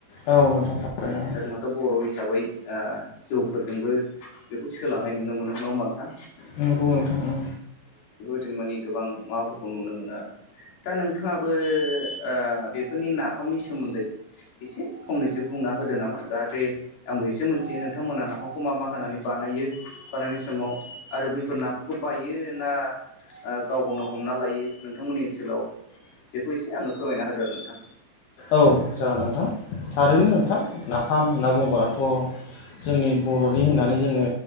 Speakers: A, on the left; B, on the left.
A: औ नोंथां थारैनो
B: दा जोंहाथ' बर' हिसाबै ओ जौफोरजोंबो बेखौ सोलानाय नुनो मोनो नङा होमबा नोंथां।
A: नंगौ नोंथां औ।
B: बिदिनो माने गोबां माबाफोरखौ नुनो मोनो आरो। दा नोंथाङाबो ओ बेफोरनि नाफामनि सोमोन्दै एसे फंनैसो बुं ना होदो नामा जाहाथे आंबो एसे मोनथियो नोंथांमोना नाफामखौ मा-मा होनानै बानायो बानायनाय समाव आरो बैफोर नाफोरखौ बायो ना ओ गाव गावनो हमना लायो नोंथांमोननि ओनसोलाव बेखौ एसे आंनो फोरमायना होदो आरो नोंथां।
A: औ जागोन नोंथां थारैनो नोंथां नाफाम होनना बुंङोब्लाथ' जो जोंनि बर'नि होननानै जोङो